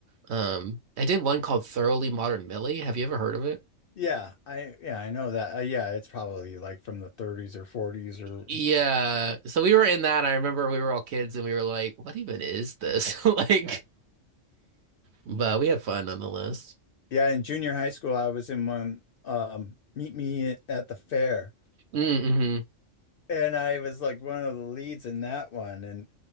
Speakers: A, on the right (about 65°); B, on the left (about 60°).
A: Um I did one called Thoroughly Modern Millie. Have you ever heard of it?
B: Yeah, I yeah, I know that. Uh, yeah, it's probably like from the 30s or 40s or
A: Yeah. So we were in that. I remember we were all kids and we were like, what even is this? <laughs> Like, but we had fun nonetheless.
B: yeah, in junior high school I was in one um Meet Me at the Fair
A: Mm-hmm.
B: and I was like one of the leads in that one and